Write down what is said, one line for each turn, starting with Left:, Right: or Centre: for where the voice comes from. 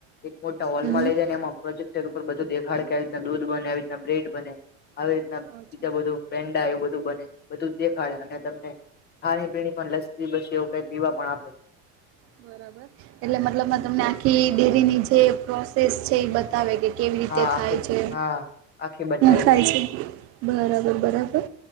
Left: એક મોટા હોલમાં
Right: હમ
Left: લે જઈને એમાં. પ્રોજેક્ટર ઉપર બધું દેખાડ કે, આવી રીતના દૂધ બને, આવી રીતના બ્રેડ બને, આવી રીતના
Right: અચ્છા
Left: બીજા બધું. પેન્ડા એ બધું બને, બધું દેખાડે અને તમને પણ લસતી એવું કઈ પીવા પણ આપે.
Right: બરાબર, એટલે મતલબ તમને આખી ડેરીની જે પ્રોસેસ છે, એ બતાવે કે, કેવી રીતે
Left: હા
Right: થાય
Left: આખી
Right: છે,
Left: હા આખી બતાવી
Right: થાય
Left: દે
Right: છે. બરાબર, બરાબર